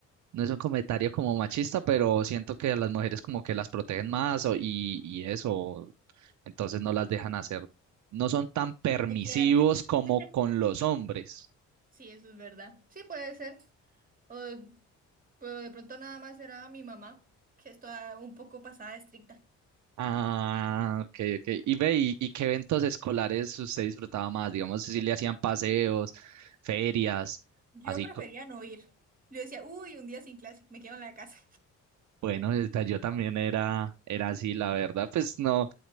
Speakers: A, on the right; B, on the right.
A: no es un comentario como machista, pero siento
B: Ujú,
A: que a las mujeres como que las protegen más o- y, y eso, entonces no las dejan hacer. No son tan permisivos
B: Lo que quieran. <laughs>
A: como con los hombres.
B: Sí, eso es verdad. Sí, puede ser. O, pero de pronto nada más era mi mamá, que es toda un poco pasada de estricta.
A: Ah, ok, ok. Y ve, ¿y, y qué eventos escolares usted disfrutaba más? Digamos, si le hacían paseos, ferias,
B: Yo
A: así.
B: prefería
A: co-
B: no ir. Yo decía, uy, un día sin clase, me quedo en la casa.
A: Bueno, esta- yo también era, era así, la verdad. Pues no,